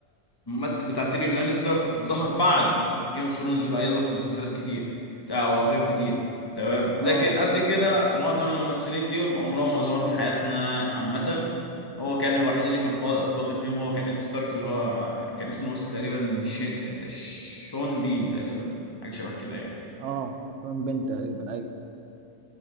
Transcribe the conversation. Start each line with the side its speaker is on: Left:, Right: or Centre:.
Left: الممثل بتاع تيريون لانستر ظهر بعد جيم اوف ثرونز بقى يظهر في مسلسلات كتير تا- او افلام كتير تمام
Right: اه
Left: لكن قبل
Right: ايوه
Left: كده
Right: فعلا
Left: معظم الممثلين دول عمرهم ما ظهروا في حياتنا عامه هو كان الوحيد اللي كان فا- فاضل فيهم هو كان إد ستارك اللي هو كان اسمه الممثل تقريبا ش... شون بين تقريبا حاجة شبه كده يعني
Right: اه شون بين تقريبا ايوه